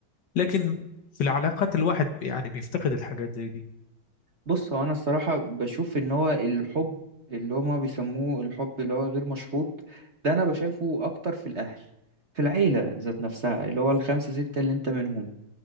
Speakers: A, on the left; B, on the right.
A: لكن في العلاقات الواحد يعني بيفتقد الحاجات زي دي
B: بص هو انا الصراحة بشوف ان هو الحب اللي هما بيسموه الحب اللي هو غير مشروط ده انا بشايفه اكتر في الاهل في العيلة ذات نفسها اللي هو الخمسة ستة اللي انت منهم